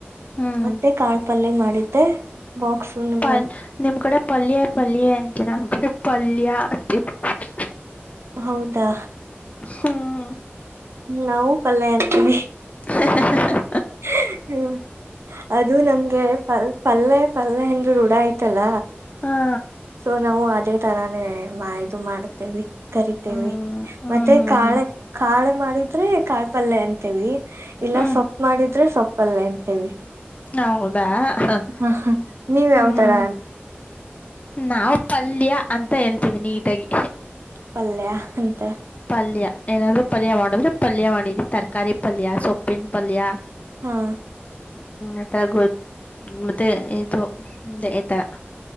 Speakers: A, on the left; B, on the right.
A: ಹ್ಮ್
B: ಮತ್ತೆ ಕಾಳ ಪಲ್ಯೆ ಮಾಡಿದ್ದೆ. ಬಾಕ್ಸು ನಮ್ಮ
A: ಪಲ್ ನಿಮ್ ಕಡೆ ಪಲ್ಯ ಪಲ್ಯ ಎಂತಿರ <unintelligible> ಪಲ್ಯ <unintelligible>
B: ಹೌದಾ
A: ಹ್ಮ್
B: ನಾವು ಪಲ್ಯ ಅಂತೀವಿ.
A: ಅ ಹ ಹ ಹ್
B: ಹ ಹ ಅದು ನಮ್ಗೆ ಫಲ್ ಪಲ್ಲೆ ಪಲ್ಲೆ ಹಂಗೆ ರೂಡ ಆಯ್ತಲ್ಲ.
A: ಹಾ
B: ಸೊ ನಾವು ಅದೇ ತರಾನೇ ಮಾ ಇದು ಮಾಡ್ತಿವಿ. ಕರಿತೇವಿ
A: ಹ್ಮ್ ಹ್ಮ್
B: ಮತ್ತೆ
A: ಹ್ಮ್
B: ಕಾಳೆ
A: ಹ್ಮ್
B: ಕಾಳ್ ಮಾಡಿದ್ರೆ ಕಾಳ್ ಪಲ್ಲೆ ಅಂತೇವಿ. ಇಲ್ಲ
A: ಹ್ಮ್
B: ಸೊಪ್ ಮಾಡಿದ್ರೆ ಸೊಪ್ಪ್ ಪಲ್ಲೆ ಅಂತೇವಿ.
A: ಹೌದಾ ಅಹ್
B: ಹಾ ಹಾ ನೀವ್
A: ಹ್ಮ್
B: ಯಾವ್ತರ
A: ನಾವು ಪಲ್ಯ ಅಂತ ಹೇಳ್ತೀವಿ ನೀಟಾಗಿ
B: ಪಲ್ಯ ಹಂತ
A: ಪಲ್ಯ ಏನಾದ್ರು ಪಲ್ಯ ಮಾಡಿದ್ರೆ ಪಲ್ಯ ಮಾಡಿದ್ದಿ ತರಕಾರಿ ಪಲ್ಯ ಸೊಪ್ಪಿನ ಪಲ್ಯ
B: ಹಾ
A: ಆ ತ ಗ ಮತ್ತೆ ಇದು ದ ಎತರ.